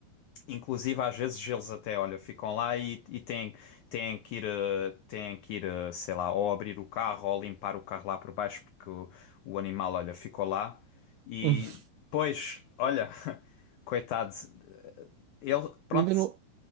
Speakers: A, on the left (about 85°); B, on the right (about 85°).
A: Inclusive, às vezes eles até, olha, ficam lá e, e têm, têm que ir, eh, têm que ir, eh, sei lá, ou abrir o carro ou limpar o carro lá por baixo porque o, o animal, olha, ficou lá. E,
B: <laughs>
A: pois, olha, <laughs> coitado, ele, pronto,
B: Ainda não...